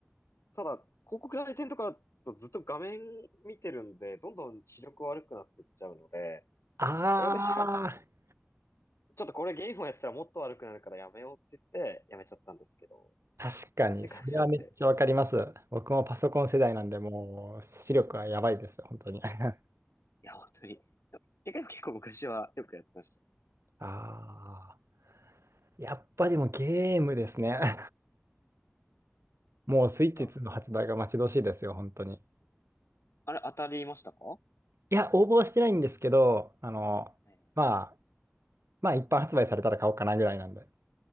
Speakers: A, on the left (about 85°); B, on the right (about 75°).
A: ただ広告代理店とかだとずっと画面見てるんで、どんどん視力悪くなっていっちゃうので、
B: あ
A: それでじゃあ、
B: あ。
A: ちょっとこれゲームをやってたらもっと悪くなるからやめようって言ってやめちゃったんですけど、っ
B: 確かに、
A: て感じなんで、
B: それはめっちゃわかります。僕もパソコン世代なんで、もう視力はやばいです、本当に。<laughs>
A: いや本当に、結構結構昔はよくやってました。
B: ああ、やっぱでもゲームですね。<laughs> もうスイッチ2の発売が待ち遠しいですよ、
A: そうですね。
B: 本当に。
A: あれ当たりましたか
B: いや、応募はしてないんですけど、あの、
A: ええ
B: まあ、まあ一般発売されたら買おうかなぐらいなんで。